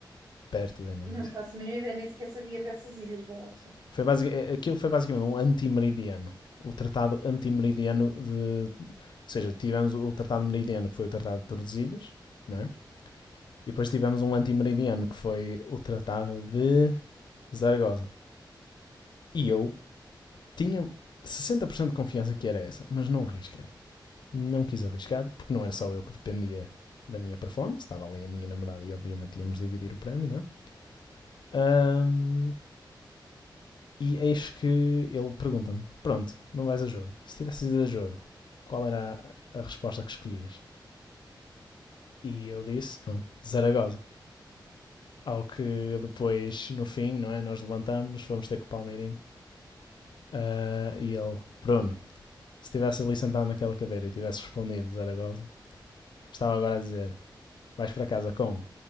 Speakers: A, on the left; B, on the right.
A: perto da Indonésia.
B: Não faço a mínima ideia, nem sequer sabia dessas ilhas, vê lá só.
A: Foi basic, eh, aquilo foi basicamente um anti meridiano. O tratado anti meridiano de... Ou seja, tivemos o tratado meridiano, que foi o tratado de Tordesilhas, não é? E depois tivemos um anti meridiano que foi o tratado de Zaragoza. E eu tinha 60% de confiança que era essa, mas não arrisquei. Não quis arriscar, porque não era só eu que dependia da minha performance, estava ali a minha namorada e obviamente íamos dividir o prémio, não é? Ahm, e eis que ele pergunta-me: Pronto, não vais a jogo. Se tivesse ido a jogo, qual era a, resposta que escolhias? E eu disse: Pronto, Zaragoza. Ao que depois, no fim, não é? Nós levantamos-nos, fomos ter com o Palmeirinho ah, e ele: Bruno, se tivesse ali sentado naquela cadeira e tivesse respondido Zaragoza, estava agora a dizer, vais para casa com